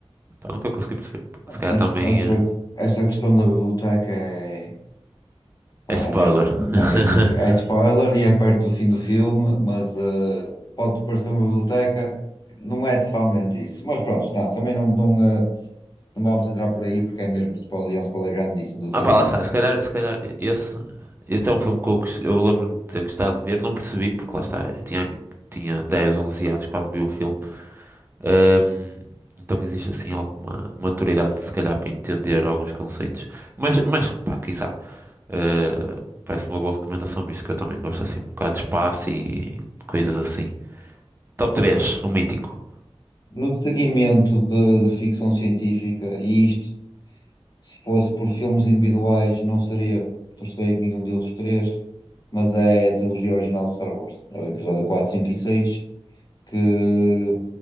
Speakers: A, on the right; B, on the left.
A: Pá, nunca consegui perceber. Se calhar
B: Essa,
A: também
B: essa,
A: eh,
B: essa questão da biblioteca é, pá,
A: é spoiler.
B: é mesmo, é mesmo no,
A: <laughs>
B: fi- é spoiler e é perto do fim do filme, mas eh, pode parecer uma biblioteca, não é totalmente isso. Mas pronto, tá, também não, não, eh, não vamos entrar por aí porque é mesmo spoiler, e é um spoiler grandíssimo do
A: Ah
B: filme
A: pá, lá
B: mesmo.
A: está, se calhar, se calhar esse, esse é um filme que eu, gos- eu lembro-me de ter gostado de ver, não percebi, porque lá está, eu tinha, tinha 10, 11 anos quando vi o filme, Ahm, então existe assim alguma maturidade, se calhar, para entender alguns conceitos, mas, mas pá, quiçá, eh, parece uma boa recomendação, visto que eu também gosto assim um bocado de espaço e coisas assim. Top 3, o mítico.
B: No seguimento de, de ficção científica, e isto, se fosse por filmes individuais, não seria terceiro nenhum deles os três, mas é a trilogia original de Star Wars. É o episódio 4, 5 e 6 que,